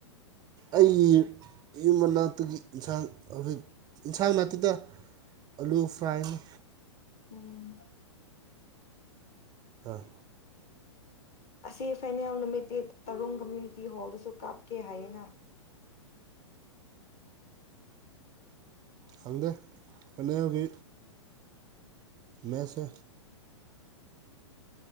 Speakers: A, on the right (about 25°); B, on the left (about 35°).
A: ꯑꯩꯒꯤ ꯌꯨꯝ ꯃꯅꯥꯛꯇꯨꯒꯤ ꯏꯟꯁꯥꯡ ꯍꯧꯖꯤꯛ ꯏꯟꯁꯥꯡ ꯅꯠꯇꯦꯗ ꯑꯂꯨ ꯐ꯭ꯔꯥꯏꯅꯤ
B: ꯎꯝ
A: ꯑꯥ
B: ꯑꯁꯤ ꯐꯦꯅꯦꯜ ꯅꯨꯃꯤꯇꯦꯠ ꯇꯔꯣꯡ ꯀꯝꯃ꯭ꯨꯅꯤꯇꯤ ꯍꯣꯜꯗꯁꯨ ꯀꯥꯞꯀꯦ ꯍꯥꯏꯌꯦꯅ
A: ꯈꯪꯗꯦ ꯍꯅꯕꯤ ꯃꯁꯦ